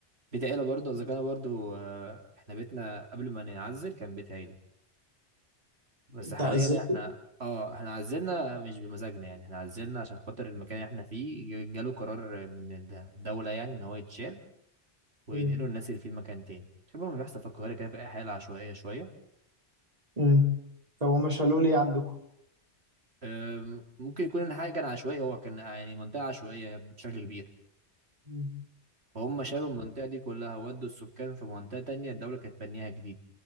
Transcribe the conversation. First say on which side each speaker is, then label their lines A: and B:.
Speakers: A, on the right; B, on the right.
A: بيت عيله برضه اذا كان برضه آه، احنا بيتنا قبل ما نعزل كان بيت عيله بس
B: انت
A: حاليا
B: عزلت
A: احنا اه احنا عزلنا مش بمزاجنا يعني احنا عزلنا عشان خاطر المكان اللي احنا فيه ج- جاله قرار من الدوله يعني ان هو يتشال وينقلوا
B: امم
A: الناس اللي فيه مكان تاني شبه ما بيحصل في القاهره كده في اي حاله عشوائيه شويه
B: امم طب هما شالوا لي إيه عندكم
A: أم، ممكن يكون الحقيقه كان عشوائي هو كان يعني منطقه عشوائيه بشكل كبير
B: امم
A: فهم شالوا المنطقه دي كلها ودوا السكان في منطقه تانية الدوله كانت بنيها جديد